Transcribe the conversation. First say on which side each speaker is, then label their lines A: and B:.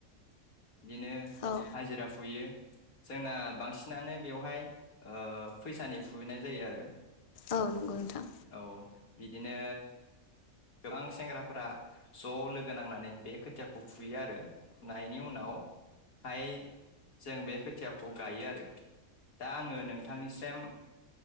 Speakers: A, on the left; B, on the left.
A: बिदिनो
B: औ
A: हाजिरा फुयो। जोंना बांसिनानो बेवहाय ओ फैसानि फुहोनाय जायो आरो।
B: औ नंगौ नोंथां
A: औ बिदिनो गोबां सेंग्राफोरा ज' लोगो नांनानै बे खोथियाखौ फुयो आरो। नायनि उनावहाय जों बे खोथियाखौ गायो आरो। दा आङो नोंथांनिसेम